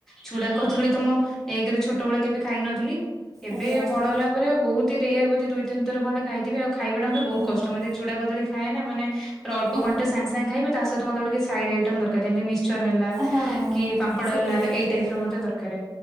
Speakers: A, in the centre; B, on the right (about 45°).
A: ଛୁଡା କଦଳୀ ତ ମୁଁ ଏକେରେ ଛୋଟୋ ବେଳ କେବେ ଖାଇ ନଥିଲି ଏବେ
B: ଆଜ୍ଞା ଆଜ୍ଞା
A: ବଡ ହେଲା ପରେ ବୋହୁତ ହି ରେୟାର ବୋଧୋ ଦୁଇ ତିିନି ଥର ଖଣ୍ଡେ କହିଥିବି ଆଉ ଖାଇବା ଟା ମତେ ବୋହୁତ
B: ହଁ ହଁ।
A: କଷ୍ଟ <unintelligible> ଚୁଡା କଦଳୀ ଖାଏନା ମାନେ ପୁରା ଅଳ୍ପ
B: ହଁ
A: <unintelligible> ସାଙ୍ଗ ସାଙ୍ଗ ଖାଇବି ତା ସହିତ ମତେ ଗୋଟେ କିଛି ସାଇଡ ଆଇଟମ୍ ଦରକାର ଯେମତି ମିଶ୍ <unintelligible> ହେଲା
B: ହଁ ହଁ
A: କି
B: ହଁ
A: ପାମ୍ପଡ
B: ସେଇଟା
A: ହେଲା
B: ଟିକେ
A: ଏଇ ଟାଇପ ର ମତେ ଦରକାରେ।